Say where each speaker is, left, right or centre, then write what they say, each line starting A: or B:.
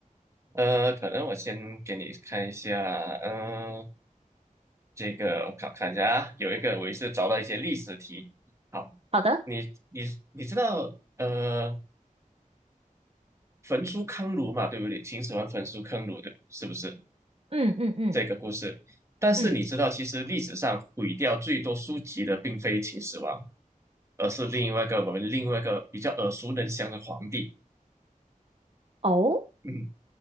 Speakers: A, on the right (about 20°); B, on the right (about 45°).
A: 呃，可能我先给你看一下，嗯、呃这个我看看一下啊，有一个我也是找到一些历史题。好，
B: 好的，
A: 你你你知道呃焚书坑儒嘛，对不对？秦始皇焚书坑儒的，是不是
B: 嗯嗯嗯
A: 这个故事？但是你知道，
B: 嗯，
A: 其实历史上毁掉最多书籍的并非秦始皇，而是另外一个我们另外一个比较耳熟能详的皇帝。
B: 哦，
A: 嗯